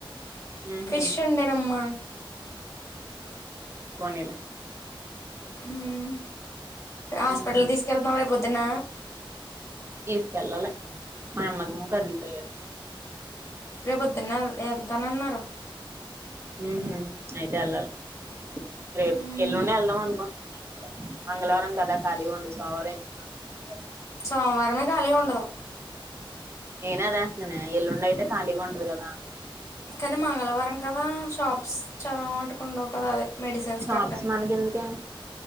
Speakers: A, on the right; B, on the left.
A: ఉహు
B: ఫిష్ వన్డేనమ్మ
A: పోనీలే
B: ఉమ్ హాస్పిటల్
A: హ్మ్
B: తీసుకెళ్తునవా రేపొద్దున్న
A: తీసుకెళ్ళాలి మా అమ్మెము కదుల్తలేదు
B: రేపుద్దున్న వెల్త్ వెళ్తానన్నారు
A: ఉహు అయితే వెళ్ళాలి రేపు
B: ఉమ్
A: ఎల్లుండే వెళ్దాం అనుకుంటున్నానయితే మంగళవారం కదా ఖాళీగా ఉండు సోమవారం మంది కదా
B: సోమవారమే ఖాలీ ఉండదు
A: నేనే అదే అంటున్నానే ఎల్లుండి అయితే ఖాళీగా ఉంటది కదా
B: కానీ మంగళవారం కదా షాప్స్ చాలా మట్టుకు ఉండవు కదా మెడిసిన్స్
A: షాప్స్
B: కట్ట
A: మనకి ఎందుకే